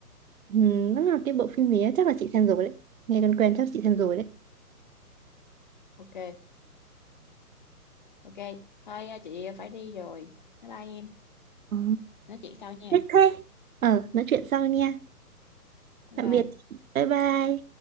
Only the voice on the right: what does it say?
ừ, đó là cái bộ phim này chắc là chị xem rồi đấy nghe quen quen chắc chị xem rồi đấy
ừ.
thế thế. ờ nói chuyện sau nha
tạm
biệt chị. bye bye